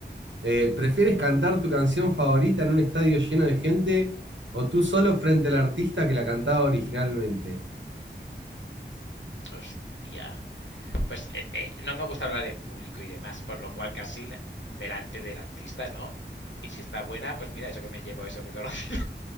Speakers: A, on the right; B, on the left.
A: eh, ¿prefieres cantar tu canción favorita en un estadio lleno de gente o tú solo frente al artista que la cantaba originalmente?
B: Hostia. Pues eh, eh, no me gusta hablar en público y demás, por lo cual casi delante del artista, ¿no? Y si está buena, pues mira, eso que me llevo, eso que conozco.